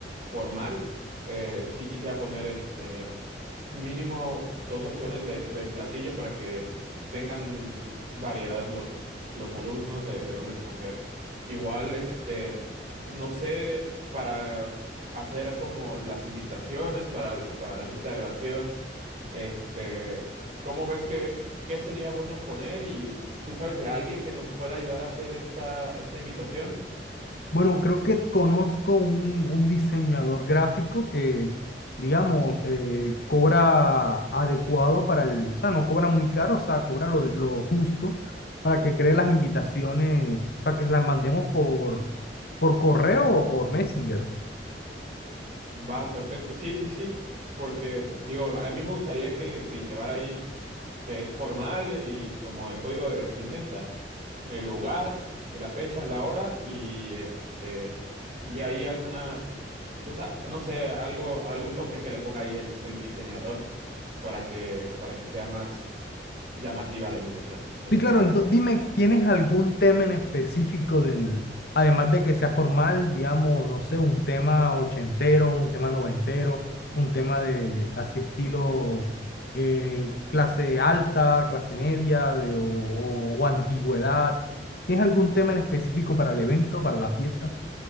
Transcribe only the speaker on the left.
Bueno, creo que conozco un, un diseñador gráfico que, digamos, eh, cobra adecuado para el, o sea, no cobra muy caro, o sea, cobra lo, de- lo justo para que cree las invitaciones, para que las mandemos por, por correo o por Messenger.
Sí, claro,
ento-
dime, ¿tienes algún tema en específico del, además de que sea formal, digamos, no sé, un tema ochentero, un tema noventero, un tema de así estilo eh, clase alta, clase media de, o, o- o antigüedad? ¿Tienes algún tema en específico para el evento, para la fiesta?